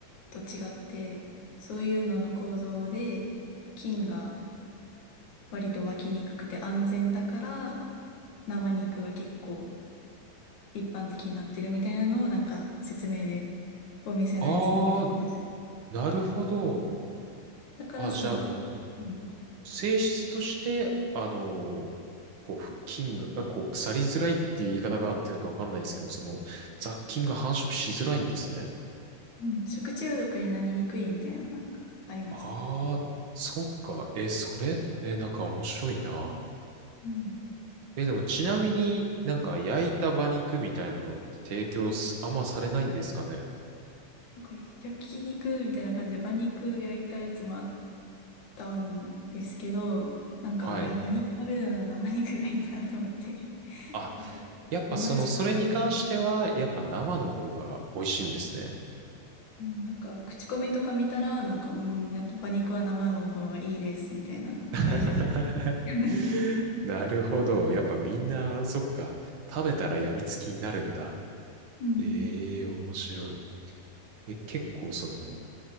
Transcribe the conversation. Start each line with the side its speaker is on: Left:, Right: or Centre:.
Left: と違って、そういうのの構造で、菌が割と湧きにくくて安全だから、生肉が結構一般的になってるみたいなのをなんか説明で、お店のやつで見た気がする。
Right: ああ、なるほど。
Left: だから、
Right: あ、じゃあもう、
Left: なんか、うん。
Right: 性質として、あの、こう、ふ菌が、あこう、腐りづらいっていう言い方があってるのかわかんないですけど、その、雑菌が繁殖しづらいんですね。
Left: うん、食中毒になりにくいみたいな、なんか、ありました。
Right: ああ、そっか。え、それ、え、なんか面白いな。
Left: うん
Right: え、でもちなみになんか焼いた馬肉みたいなのって提供すあんまされないんですかね。
Left: なんか、焼肉みたいな感じで、馬肉焼いたやつもあったんですけど、なんか、
Right: はい。
Left: いや、馬肉食べるなら生肉がいいなと思って、<laughs>
Right: あ、
Left: なんか、
Right: やっぱその、
Left: どんな味かわかんないです。
Right: それに関しては、やっぱ生の方が美味しいんですね。
Left: うん、なんか、口コミとか見たら、なんか、うん、やっぱ馬肉は生の方がいいです、みたいなのも書いてあって。
Right: <laughs>
Left: <laughs> う
Right: なるほど。やっぱみんな、そっか、食べたら病みつきになるんだ。
Left: ん
Right: ええ面白い。え、結構その、